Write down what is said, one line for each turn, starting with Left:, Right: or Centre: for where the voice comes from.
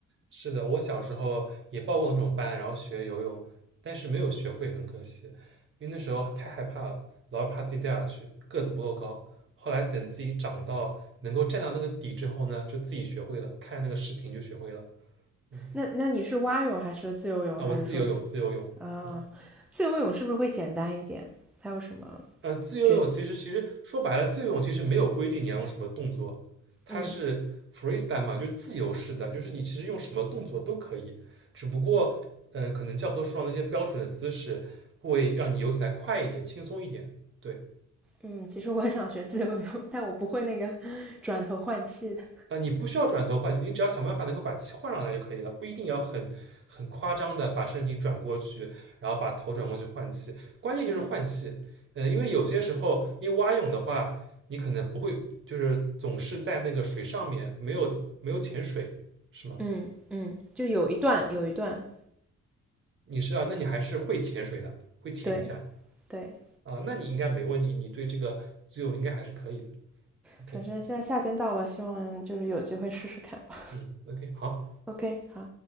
Right: 是的，我小时候也报过那种班，然后学游泳，但是没有学会，很可惜，因为那时候太害怕了，老是怕自己掉下去，个子不够高。后来等自己长到能够站到那个底之后呢，就自己学会了，看那个视频就学会了。嗯，
Centre: 那那你是蛙泳还是自由泳，
Right: 啊，
Centre: 还是说
Right: 我自由泳，自由泳。
Centre: 啊，
Right: 嗯。
Centre: 自由泳是不是会简单一点？它有什么
Right: 呃，自由泳其实其实说白了，
Centre: 诀？
Right: 自由泳其实没有规定你要用什么动作，它是
Centre: 嗯。
Right: freestyle 嘛，就是自由式的，就是你其实用什么动作都可以，只不过嗯、呃可能教科书上那些标准的姿势会让你游起来快一点、轻松一点。对，
Centre: 嗯，其实我想学自由泳，<laughs> 但我不会那个转头换气的。
Right: 啊，你不需要转头换气，你只要想办法能够把气换上来就可以了，不一定要很很夸张的把身体转过去，然后把头转过去换气。关键就是换气，
Centre: 行，
Right: 嗯，因为有些时候，因为蛙泳的话，你可能不会，就是总是在那个水上面，没有没有潜水，是吗？
Centre: 嗯嗯，就有一段有一段，
Right: 你是啊，那你还是会潜水的，会潜一下
Centre: 对对，
Right: 啊，那你应该没问题，你对这个自由应该还是可以的。OK，
Centre: 反正现在夏天到了，希望就是有机会试试看吧。
Right: 嗯，OK，好。
Centre: <laughs> OK，好。